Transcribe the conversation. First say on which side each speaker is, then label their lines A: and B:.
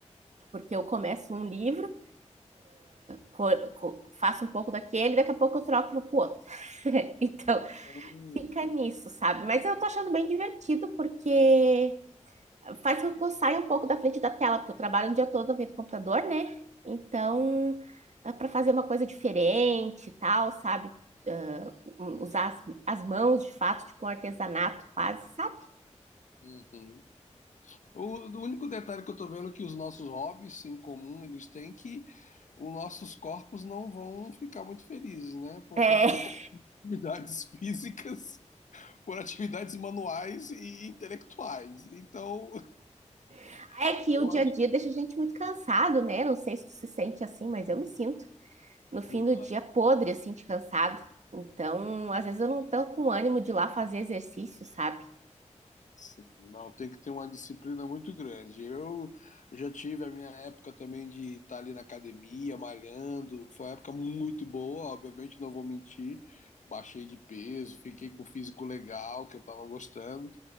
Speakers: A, on the right (about 65°); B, on the left (about 80°).
A: porque eu começo um livro, cor, cor, faço um pouco daquele, daqui a pouco eu troco e vou pro outro. <laughs> então,
B: Hum,
A: fica nisso, sabe? Mas eu tô achando bem divertido, porque faz com que eu saia um pouco da frente da tela, porque eu trabalho o dia todo vendo computador, né? Então, para fazer uma coisa diferente e tal, sabe? Ah, usar as, as mãos de fato, tipo um artesanato quase, sabe?
B: uhum. O, o único detalhe que eu tô vendo é que os nossos hobbies em comum, eles têm que os nossos corpos não vão ficar muito felizes, né? Porque
A: É,
B: a gente está trocando atividades <laughs> físicas por atividades manuais e intelectuais. Então,
A: <laughs> é
B: <laughs>
A: que
B: eu
A: o dia a dia deixa a gente muito cansado, né? Não sei se tu se sente assim, mas eu me sinto no fim
B: acho.
A: do dia podre, assim, de cansado. Então, às vezes eu não tô com ânimo de ir lá fazer exercício, sabe?
B: Sim, não, tem que ter uma disciplina muito grande. Eu já tive a minha época também de estar ali na academia, malhando. Foi uma época muito boa, obviamente, não vou mentir. Baixei de peso, fiquei com o físico legal, que eu estava gostando,